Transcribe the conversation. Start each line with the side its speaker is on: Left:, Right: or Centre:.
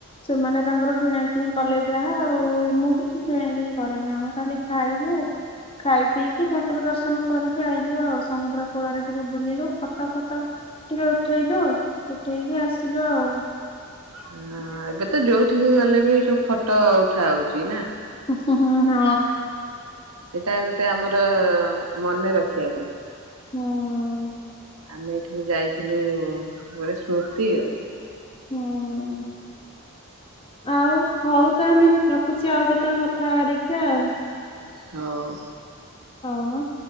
Left: ସେମାନେ ତାଙ୍କର କିଣା କି କଲେ ଯାହା ଆଉ ମୁଁ କିଛି କିଣା କିିଣି କରିରେନି ଆମେ ଖାଲି ଖାଇଲୁ ଖାଇ ପିକି ଠାକୁର ଦର୍ଶନ କରିକି ଆଇଲୁ ଆଉ। ସମୁଦ୍ର କୂଳରେ ଟିକେ ବୁଲିଲୁ ଫଟ ଫଟ ଟିକେ ଉଠେଇଲୁ ଉଠେଇକି ଆସିଲୁ ଆଉ।
Right: ହ ଏବେ ତ ଯୋଉଠିକି ଗଲେ ବି ସବୁ ଫଟୋ ଉଠା ହଉଛି ନା?
Left: ହୁଁ ହୁଁ ହଁ।
Right: ସେଇଟା ଗୋଟେ ଆମର ମନେ ରଖିବା ପାଇଁ
Left: ହୁଁ।
Right: ଆମେ ଏଠିକି ଯାଇଥିଲୁ ଗୋଟେ ସ୍ମୃତି ଆଉ।
Left: ହୁଁ ଆଉ ହଉ ତାହଲେ ରଖୁଛି ଆଉ କେତେବେଳେ କଥା ହେବା ଦେଖିବା ଆଉ।
Right: ହୋଉ।
Left: ହୋଉ ଆଁ।